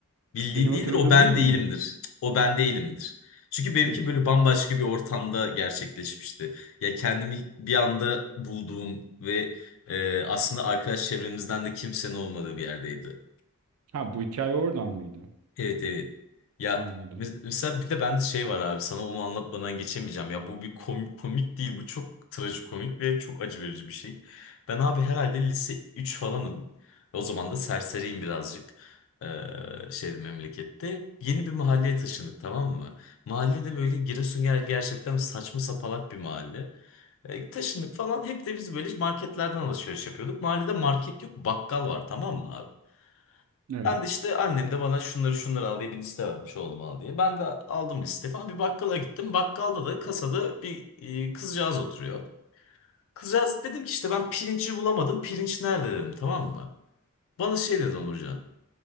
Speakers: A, on the left; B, on the right.
A: Bildiğin
B: Benim
A: değildir
B: hatırladığım
A: o ben
B: değil
A: değilimdir.
B: mi?
A: O ben değilimdir. Çünkü benimki
B: Peki.
A: böyle bambaşka bir ortamda gerçekleşmişti. Ya kendimi bir anda bulduğum ve e, aslında arkadaş çevremizden de kimsenin olmadığı bir yerdeydi.
B: Ha bu hikaye oradan mıydı?
A: Evet evet. Ya
B: Anladım.
A: mes- mesela bir de bende şey var abi sana onu anlatmadan geçemeyeceğim. Ya bu bir komik, komik değil bu çok trajikomik ve çok acı verici bir şey. Ben abi herhalde lise 3 falanım. O zaman da serseriyim birazcık. Ee, şeyde memlekette. Yeni bir mahalleye taşındık tamam mı? Mahallede böyle Giresun ger- gerçekten saçma sapalak bir mahalle. Ee, taşındık falan hep de biz böyle marketlerden alışveriş yapıyorduk. Mahallede market yok bakkal var tamam mı abi?
B: Evet.
A: Ben de işte annem de bana şunları şunları al diye bir liste vermiş oğlum al diye. Ben de aldım liste falan bir bakkala gittim. Bakkalda da kasada bir e, kızcağız oturuyor. Kızcağız dedim ki işte ben pirinci bulamadım. Pirinç nerede dedim tamam mı? Bana şey dedi Onurcan.